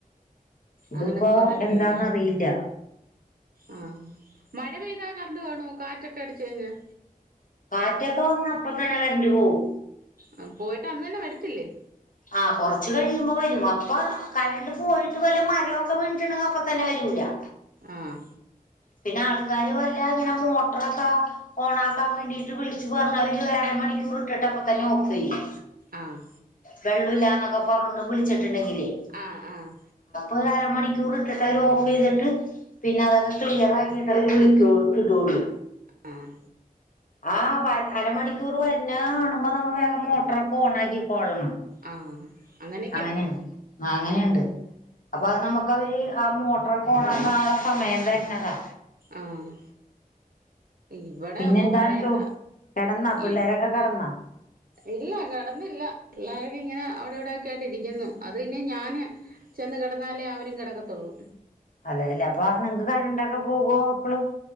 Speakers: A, on the left; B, on the right.
A: ഇതിപ്പോ
B: അങ്ങനെന്നും വന്നിട്ടില്ലല്ലേ
A: എന്താന്നറിയില്ല
B: ആഹ് മഴ പെയ്താ കരണ്ടു ‌പോണു കാറ്റൊക്കെ അടിച്ച് കഴിഞ്ഞാൽ.
A: കാറ്റൊക്കെ വന്ന അപ്പ തന്നെ കരണ്ട് പോവും.
B: ആ പോയിട്ട് അന്ന് തന്നെ വരത്തില്ലേ?
A: ആഹ് കൊറച്ച് കഴിയുമ്പോ വരും, അപ്പൊ കരണ്ട് പോയിട്ട് വല്ല മരമൊക്കെ വീണ്ടിട്ടുണ്ടെങ്കിൽ അപ്പ തന്നെ വരൂലാ.
B: ആഹ്
A: പിന്നെ ആൾക്കാര് വല്ല ഇങ്ങനെ മോട്ടറൊക്കെ ഓണ് ആക്കാൻ വേണ്ടിട്ട്‌ വിളിച്ച് പറഞ്ഞാ അരമണിക്കൂർ ഇട്ടിട്ട് അപ്പ തന്നെ ഓഫ് ചെയ്യും.
B: ആഹ്
A: വെള്ളൂല്ലാന്നൊക്കെ പറഞ്ഞോണ്ട് വിളിച്ചിട്ടുണ്ടെങ്കിലേ
B: ആഹ് ആഹ്
A: ഒരരമണിക്കൂർ ഇട്ടിട്ട് അവര് ഓഫ് ചെയ്തിട്ട് പിന്നെ അതൊക്കെ ക്ലിയർ ആക്കീട്ടവര് വിളിക്കുള്ളു ഇടുള്ളൂ
B: ആഹ്
A: ആ വ അരമണിക്കൂർ വരുന്ന കാണുമ്പോ നമ്മ വേഗം മോട്ടറൊക്കെ ഓൺ ആക്കി കോളണം.
B: ആഹ് അങ്ങനെയൊക്കെയുണ്ട്
A: അങ്ങനെയാ ആ അങ്ങനെയുണ്ട്. അപ്പൊ അത് നമുക്ക് അവര് ആ മോട്ടറൊക്കെ ഓണാക്കാനുള്ള സമയം തരു ന്നതാ.
B: ആഹ് ഇവിടെ
A: പിന്നെന്താണ്
B: ഒന്നും പറയണ്ട
A: ചോ കിടന്നാ പിള്ളേരൊക്കെ
B: ഇ
A: കിടന്നാ
B: ഇല്ല കിടന്നില്ല പിള്ളേര് ഇങ്ങനെ അവിടെ ഇവിടേക്കായിട്ട് ഇരിക്കുന്നു, അത് ഇനി ഞാൻ <unintelligible> ചെന്ന് കിടന്നാലേ അവരും കിടക്കത്തുള്ളൂ.
A: അതെയല്ലേ അപ്പൊ നിങ്ങക്ക് കരണ്ട് ഓക്കെ പോകുവോ എപ്പളും?